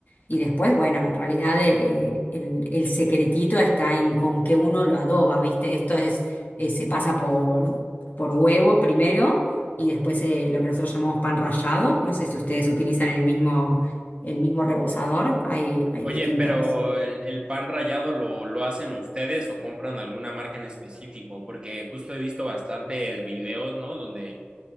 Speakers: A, on the left; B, on the right.
A: Y después, bueno, en realidad eh, el, el secretito está en con qué uno lo adoba, ¿viste? Esto es, eh, se pasa por, por huevo primero y después eh, lo que nosotros llamamos pan rallado. No sé si ustedes utilizan el mismo, el mismo rebozador, hay, hay
B: Oye,
A: distintas
B: pero el, el pan rallado lo, lo hacen ustedes o compran alguna marca en específico, porque justo he visto bastantes videos, ¿no? Donde